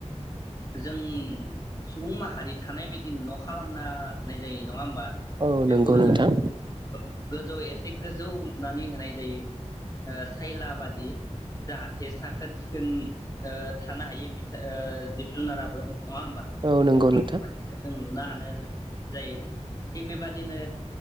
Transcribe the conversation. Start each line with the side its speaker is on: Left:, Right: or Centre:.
Left: जों सुबुं माहारि थानाय बायदि न' खालामना होनाय जायो न नङा होमबा
Right: औ
Left: बेखौ
Right: नंगौ नोंथां
Left: जोङो गोजौ एसे गोजौ हनानै होनाय जायो ओ सायला बादि जाहाथे साखोन सिखोन ओ थानो हायो बिथ जिब जुनाराबो नङा होमबा
Right: औ नंगौ
Left: थिग
Right: नोंथां
Left: बेबादिनो नो हानो जायो थिग बेबाददिनो